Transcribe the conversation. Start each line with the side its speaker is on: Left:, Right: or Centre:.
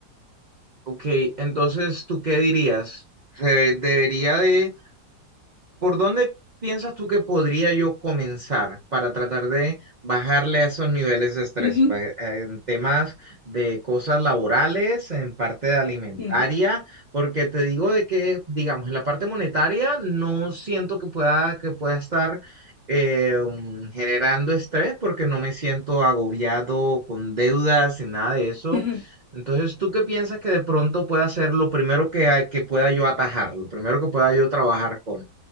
Right: Ok, entonces, ¿tú qué dirías? ¿Se ¿Debería de ¿Por dónde piensas tú que podría yo comenzar para tratar de bajarle a esos niveles de estrés?
Left: Ujú,
Right: Ba- eh, En temas de cosas laborales, en parte de alimentaria,
Left: ujú.
Right: porque te digo de que, digamos, en la parte monetaria no siento que pueda, que pueda estar eh, mm, generando estrés porque no me siento agobiado con deudas y nada de eso.
Left: Ujú,
Right: Entonces, ¿tú qué piensas que de pronto pueda ser lo primero que, que pueda yo atajar, lo primero que pueda yo trabajar con?